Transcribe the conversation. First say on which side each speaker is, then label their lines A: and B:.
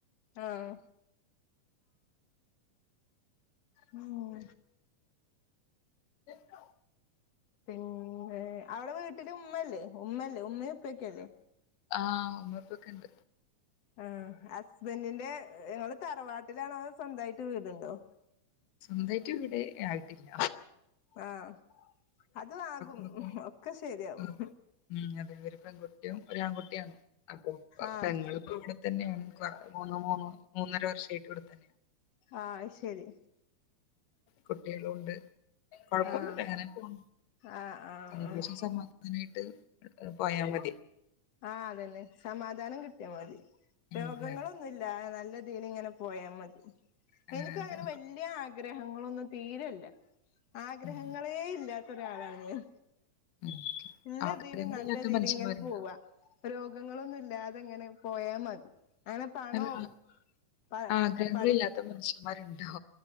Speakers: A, on the left; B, on the left.
A: ആഹ് ഉം
B: <inaudible>
A: പിന്നെ അവടെ വീട്ട്ല് ഉമ്മല്ലേ ഉമ്മല്ലേ ഉമ്മിം ഉപ്പിംക്കെല്ലേ?
B: ആഹ് ഉമ്മിഇപ്പിക്കെണ്ട്.
A: ആഹ് ഹസ്ബൻന്റിന്റെ ങ്ങള് തറവാട്ട്ലാണോ അതോ സ്വന്തയ്ട്ട് വീട്ണ്ടോ?
B: സ്വന്തായ്ട്ട് വീട് ആയ്ട്ടില്ല.
A: ആഹ് അതും ആകും
B: ഉമ്മക്കും
A: ഒക്കെ ശെര്യാകും.
B: ഉം ഉം അതെ ഒര് പെങ്കുട്ടിയും ഒര് ആങ്കുട്ട്യാണ്. അപ്പൊ
A: ആഹ്
B: പെങ്ങൾക്കുംട്. തന്നേണ് കൊറേ മൂന്ന് മൂന്ന് മൂന്നര വർഷായ്ട്ട് ഇവടെ തന്നേണ്.
A: ആഹ് അത് ശെരി.
B: കുട്ട്യാളൂണ്ട്. കൊഴപ്പൊന്നുല്ല
A: ആഹ്
B: ങ്ങനെ പോണു
A: ആഹ് ആഹ്
B: <unintelligible>
A: ആഹ്
B: സമാ അങ്ങനായിട്ട് പോയാ മതി.
A: ആഹ് അതന്നെ, സമാധാനം ക്ട്ട്യാ മതി
B: ഉം,
A: രോഗങ്ങളൊന്നുല്ലാതെ
B: അതെ അതെ
A: നല്ല തീല് ങ്ങനെ പോയാ മതി
B: ആഹ്
A: എനിക്കങ്ങനെ
B: അതെ
A: വല്ല്യേ ആഗ്രഹങ്ങളൊന്നും തീരല്ല. ആഗ്രഹങ്ങളേ
B: ഉം
A: ഇല്ലാത്തൊ രാളാണ് ഞാൻ.
B: ഉം
A: ഇല്ല
B: ആഗ്രഹങ്ങളില്ലാത്ത
A: തീല് നല്ല തീല്
B: മനുഷ്യന്മാരുണ്ടോ
A: ങ്ങനെ പോവാ. രോഗങ്ങളൊന്നു ല്ലാതെ ങ്ങനെ പോയാ മതി. അങ്ങനെ പണോം
B: അല്ല ആ-
A: പ
B: ആഗ്രഹങ്ങളില്ലാത്ത
A: പടി
B: മനുഷ്യന്മാരുണ്ടോ